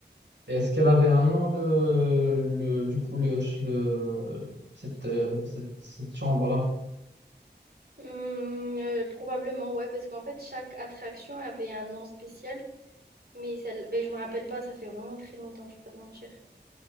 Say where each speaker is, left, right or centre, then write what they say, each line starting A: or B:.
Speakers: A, on the right; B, on the right.
A: est-ce qu'elle avait un nom, le, le, du coup, le, le, cette, euh, cette, cette chambre-là?
B: Hmm, euh, probablement, ouais, parce qu'en fait, chaque attraction avait un nom spécial. Mais celle... ben, je me rappelle pas, ça fait vraiment très longtemps, je vais pas te mentir.